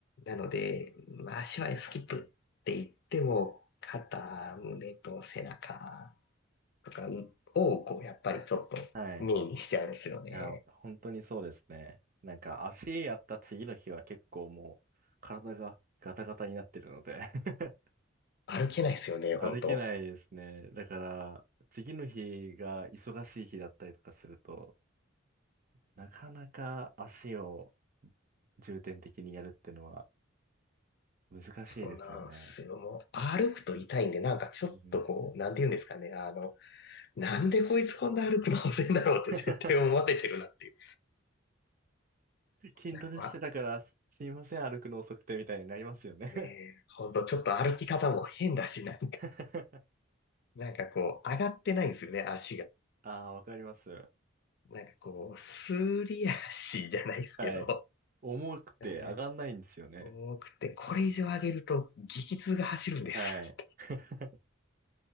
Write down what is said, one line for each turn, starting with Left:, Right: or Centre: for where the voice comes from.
Left: なので、まあ、足はスキップって言っても、肩、胸と背中とかを、こう、やっぱりちょっとメインにしちゃうんですよね。
Right: はい。いや、本当にそうですね。なんか足やった次の日は結構もう体がガタガタになってるので <laughs>
Left: 歩けないですよね、ほんと。
Right: 歩けないですね。だから、次の日が忙しい日だったりとかすると、なかなか足を重点的にやるっていうのは難しいですよね。
Left: そうなんすよ。もう、歩くと痛いんで、なんかちょっとこう、
Right: うん。
Left: なんて言うんですかね。あの、なんでこいつこんな歩くの遅いんだろうって絶対思われてるなっていう。
Right: <laughs>
Left: <laughs>
Right: 筋トレしてたから、
Left: なんか、
Right: すすいません、歩くの遅くてみたいになりますよね
Left: ねえ、ほんとちょっと歩き方も変だし、なんか、
Right: <laughs>
Left: <laughs> なんかこう、上がってないんですよね、足が。
Right: ああ、わかります。
Left: なんかこう、すり足じゃないですけど、
Right: はい。重くて上がんないんですよね。
Left: えー重くて、これ以上上げると激痛が走るんです。
Right: はい。<laughs>